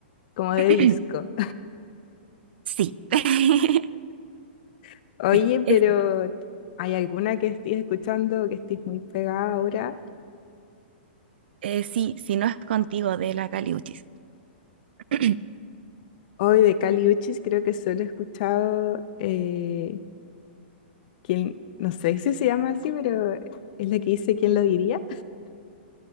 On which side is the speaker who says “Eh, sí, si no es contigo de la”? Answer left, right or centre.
Right